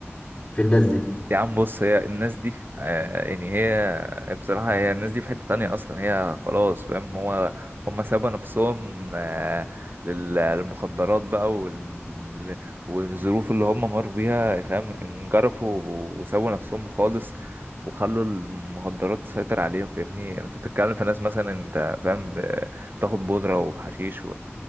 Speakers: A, on the left; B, on the right.
A: في الناس دي
B: يا عم بص هي الناس دي آه يعني هي بصراحة هي الناس دي في حتة تانية أصلا هي خلاص فاهم هو هم سابوا نفسهم آه لل- للمخدرات بقى وال... والظروف اللي هم مروا بيها فاهم انجرفوا وسابوا نفسهم خالص وخلوا المخدرات تسيطر عليهم فاهمني يعني انت بتتكلم في ناس مثلا انت فاهم ب- بتاخد بودرة وحشيش